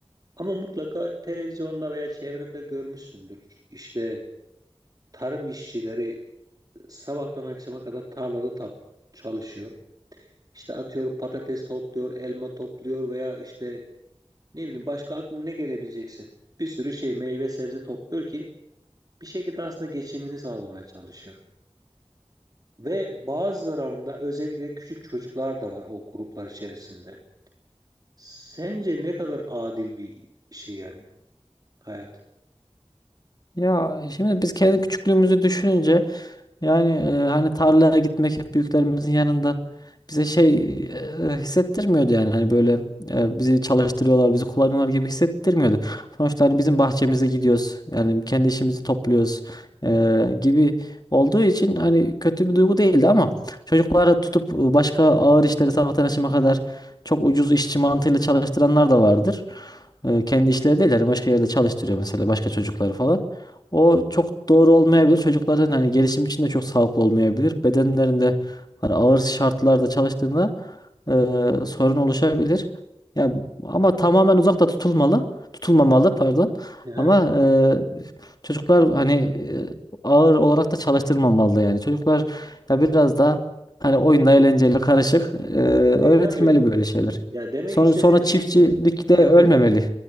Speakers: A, on the right; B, on the left.
A: Ama mutlaka televizyonda veya çevrende görmüşsündür. İşte tarım işçileri sabahtan akşama kadar tarlada tap çalışıyor. İşte atıyorum patates topluyor, elma topluyor veya işte ne bileyim başka aklına ne gelebilecekse bir sürü şey meyve sebze topluyor ki bir şekilde aslında geçimini sağlamaya çalışıyor. Ve bazılarında özellikle küçük çocuklar da var o gruplar içerisinde. Sence ne kadar adil bir şey yani hayat?
B: Ya şimdi biz kendi küçüklüğümüzü düşününce yani e, hani tarlaya gitmek hep büyüklerimizin yanında bize şey e, hissettirmiyordu yani hani böyle e, bizi çalıştırıyorlar bizi kullanıyorlar gibi hissettirmiyordu. Sonuçta hani bizim bahçemize gidiyoruz yani kendi işimizi topluyoruz e, gibi olduğu için hani kötü bir duygu değildi ama çocukları tutup e, başka ağır işleri sabahtan akşama kadar çok ucuz işçi mantığıyla çalıştıranlar da vardır. E, kendi işleri değil yani başka yerde çalıştırıyor mesela başka çocukları falan. O çok doğru olmayabilir. Çocukların hani gelişim için de çok sağlıklı olmayabilir. Bedenlerinde hani ağır şartlarda çalıştığında e, sorun oluşabilir. Ya ama tamamen uzakta tutulmalı, tutulmamalı pardon.
A: Hı hı.
B: Ama e, çocuklar hani e, ağır olarak da çalıştırmamalı yani. Çocuklar ya biraz daha hani oyunla eğlenceyle karışık e, öğretilmeli
A: E tabii
B: böyle şeyler.
A: Ya demek
B: Sonra
A: istediğim
B: sonra
A: şey
B: çiftçilikte
A: şu. Ha,
B: ölmemeli.
A: buyur.